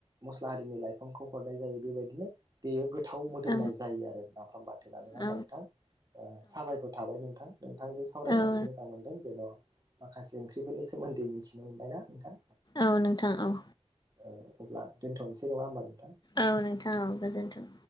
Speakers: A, on the right; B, on the left.
A: मस्ला दिनै लाइफांखौ हरनाय जायो बेबायदिनो बेयो गोथाव मोदोमनाय
B: औ
A: जायो आरो नाफाम बाथो थोना नङा होमबा
B: औ
A: नोंथां साबायखर थाबाय नोंथां नोंथांजों सावरायनानै
B: औ
A: मोजां मोनदों जेन' माखासे ओंख्रिफोरनि सोमोन्दै मिथिनो मोनबायना नोंथां
B: औ नोंथां औ
A: अ अब्ला दोनथ'नोसै नङा होमबा नोथां
B: औ नोंथाङ औ गोजोन्थों